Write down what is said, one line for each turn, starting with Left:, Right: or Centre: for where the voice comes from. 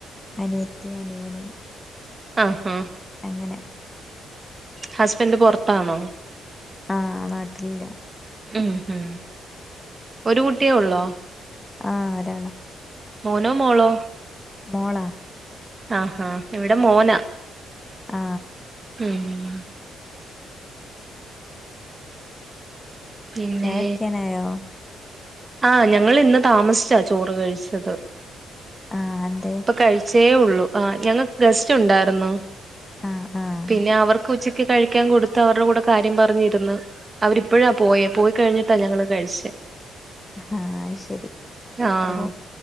Left: അനിയത്തി, അനിയന്.
Right: ആഹ് ആഹ്
Left: അങ്ങനെ
Right: ഹസ്ബൻഡ് പൊറത്താണോ?
Left: ആ നാട്ടിലില്ല.
Right: ഉം ഹ് ഒരു കുട്ടിയേ ഒള്ളോ
Left: ആ ഒരാള
Right: മോനോ മോളോ
Left: മോളാ
Right: ആ ഹാ ഇവിടെ മോന
Left: ആ
Right: ഉം പിന്നെ
Left: ചായകുടിക്കാനായോ
Right: ആ ഞങ്ങളിന്ന് താമസിച്ചാ ചോറ് കഴിച്ചത്
Left: ആഹ് എന്തേ
Right: ഇപ്പൊ കഴിച്ച തേയുള്ളൂ ആ ഞങ്ങക്ക് ഗസ്റ്റ് ഉണ്ടാരുന്ന്
Left: ആഹ് ആഹ്
Right: പിന്നെ അവർക്ക് ഉച്ച ക്ക് കഴിക്കാൻ കൊടുത്ത് അവരുടെ കൂടെ കാര്യം പറഞ്ഞിരുന്ന് അവരിപ്പോഴാ പോയേ പോയി കഴിഞ്ഞിട്ടാ ഞങ്ങള് കഴിച്ചേ
Left: ആഹ് അയ് ശരി
Right: ആഹ്
Left: അപ്പൊ